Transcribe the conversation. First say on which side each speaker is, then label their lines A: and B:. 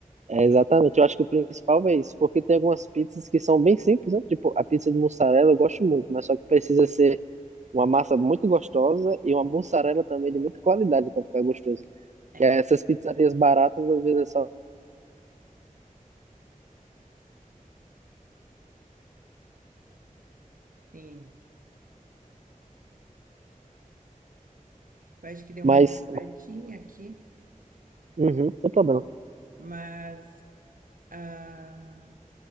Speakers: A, on the right; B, on the right.
A: É, exatamente, eu acho que o principal é isso, porque tem algumas pizzas que são bem simples, né? Tipo, a pizza de mussarela eu gosto muito, mas só que precisa ser uma massa muito gostosa e uma mussarela também de muita qualidade para ficar gostoso.
B: É,
A: Que é essas pizzarias baratas às vezes é só.
B: sim. Eu acho que deu
A: Mas,
B: uma travadinha aqui.
A: uhum, sem problema.
B: Mas ah,